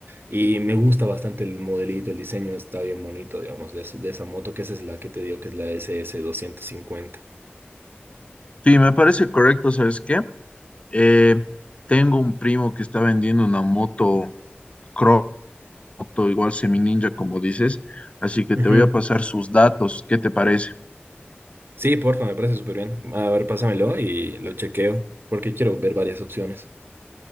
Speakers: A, on the right; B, on the left.
A: Y me gusta bastante el modelito, el diseño está bien bonito, digamos, de, ese- de esa moto, que esa es la que te digo, que es la S SS250.
B: Sí, me parece correcto, ¿sabes qué? Eh, tengo un primo que está vendiendo una moto Croto, igual semi ninja, como dices, así que
A: Ujú.
B: te voy a pasar sus datos. ¿Qué te parece?
A: Sí, porfa, me parece súper bien. A ver, pásamelo y lo chequeo, porque quiero ver varias opciones.